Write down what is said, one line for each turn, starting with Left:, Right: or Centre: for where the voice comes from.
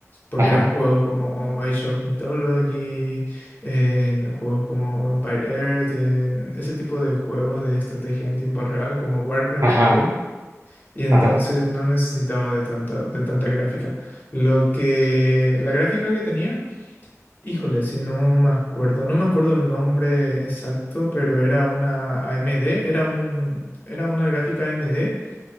Left: porque
Right: ajá,
Left: eran juegos como Age of Mythology, en juegos como Empire Earth, en ese tipo de juegos de estrategia en tiempo real como Warcraft
Right: ajá,
Left: también. Y entonces
Right: ajá,
Left: no necesitaba de tanta, de tanta gráfica. Lo que, la gráfica que tenía, híjole, si no me acuerdo, no me acuerdo el nombre exacto, pero era una AMD, era un, era una gráfica AMD